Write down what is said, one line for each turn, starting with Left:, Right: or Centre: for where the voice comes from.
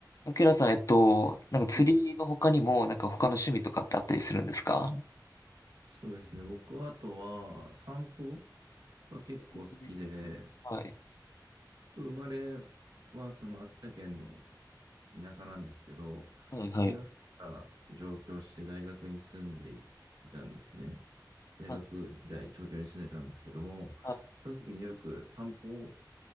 Left: アキラさん、えっと、なんか釣りの他にも、
Right: はい。
Left: なんか他の趣味とかってあったりするんですか
Right: そうですね。僕はあとは散歩が結構好きで、
Left: えーはい。
Right: 僕生まれはその秋田県の田舎なんですけど、
Left: はい、はい。
Right: 18から上京して大学に住んでいたんですね。大学時代、
Left: はい、
Right: 東京に住んでたんですけども、
Left: はい。
Right: その時によく散歩